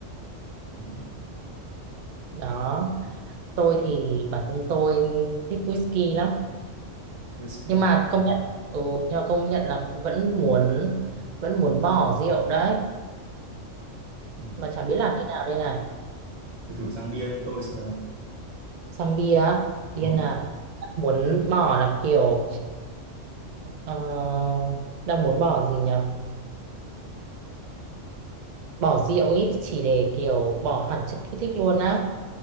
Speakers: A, on the right; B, on the right.
A: Ừ,
B: Đó. tôi thì bản thân tôi thích whisky lắm
A: whisky.
B: nhưng mà
A: Ờ,
B: công
A: ừ.
B: nhận ừ, nhưng mà công nhận là vẫn muốn vẫn muốn bỏ rượu đấy
A: ừ.
B: mà chả biết làm thế nào đây này
A: Thì thử sang bia như tôi xem nào.
B: sang bia á, điên
A: Ừ,
B: à đang muốn bỏ là kiểu ờ, đang muốn bỏ gì nhở bỏ rượu ý chỉ để kiểu bỏ hẳn chất kích thích luôn á